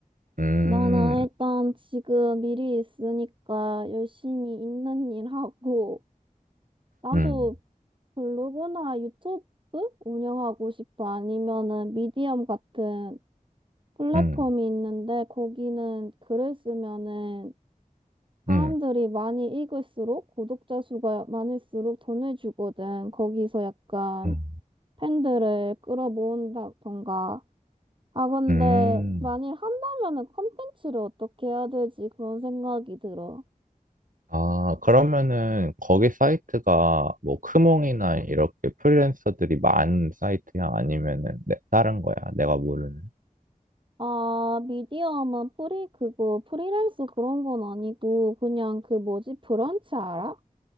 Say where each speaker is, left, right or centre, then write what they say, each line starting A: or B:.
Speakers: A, on the right; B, on the right.
A: 음,
B: 나는 일단 지금 미리 있으니까 열심히 있는 일 하고, 나도
A: 음,
B: 블로그나 유튜브 운영하고 싶어. 아니면은 미디엄 같은 플랫폼이
A: 음,
B: 있는데, 거기는 글을 쓰면은 사람들이
A: 음,
B: 많이 읽을수록, 구독자 수가 많을수록 돈을 주거든. 거기서 약간
A: 음.
B: 팬들을 끌어모은다던가. 아, 근데
A: 음,
B: 만일 한다면은 콘텐츠를 어떻게 해야 되지? 그런 생각이 들어.
A: 아, 그러면은 거기 사이트가 뭐 크몽이나 이렇게 프리랜서들이 많은 사이트야? 아니면은 내- 다른 거야? 내가 모르는.
B: 아, 미디어만 프리, 그거, 프리랜서 그런 건 아니고, 그냥 그 뭐지, 브런치 알아?